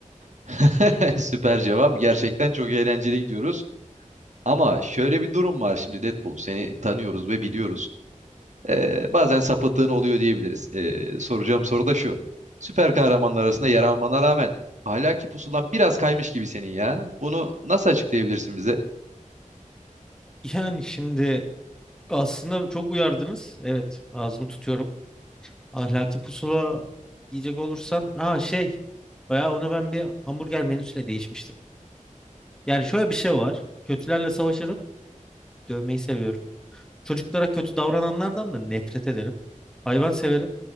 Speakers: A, on the right; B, in the centre.
A: <laughs> Süper cevap. Gerçekten çok eğlenceli gidiyoruz. Ama şöyle bir durum var şimdi Deadpool. Seni tanıyoruz ve biliyoruz. Ee, bazen sapıttığın oluyor diyebiliriz. Ee, soracağım soru da şu. Süper kahramanlar arasında yer almana rağmen ahlaki pusulan biraz kaymış gibi senin ya. Bunu nasıl açıklayabilirsin bize?
B: Yani şimdi Aslında çok uyardınız. Evet, ağzımı tutuyorum. Ahlaki pusula yiyecek olursan, ha şey, bayağı ona ben bir hamburger menüsüyle değişmiştim. Yani şöyle bir şey var. Kötülerle savaşırım, dövmeyi seviyorum. Çocuklara kötü davrananlardan da nefret ederim. Hayvan severim.